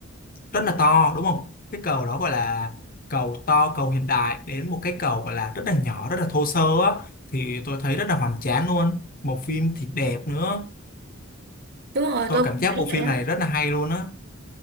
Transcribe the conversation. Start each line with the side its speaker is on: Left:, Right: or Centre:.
Left: rất là to đúng không cái cầu đó gọi là cầu to cầu hiện đại đến một cái cầu gọi là rất là nhỏ rất là thô sơ á thì tôi thấy rất là hoành tráng luôn một phim thì đẹp nữa
Right: đúng rồi
Left: tôi
Right: tôi cũng
Left: cảm giác
Right: thấy
Left: bộ phim
Right: vậy á
Left: này rất là hay luôn á